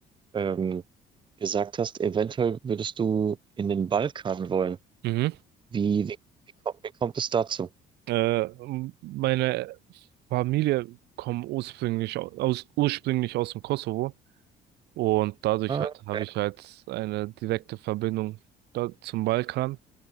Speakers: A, on the right (about 30°); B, on the right (about 80°).
A: ähm, gesagt hast. Eventuell würdest du in den Balkan wollen.
B: Mhm.
A: Wie, wie, wie kommt, wie kommt es dazu?
B: Äh, m- meine Familie kommt ursprünglich au- aus, ursprünglich aus dem Kosovo. Und dadurch
A: Ah,
B: halt habe
A: okay.
B: ich halt eine direkte Verbindung da zum Balkan.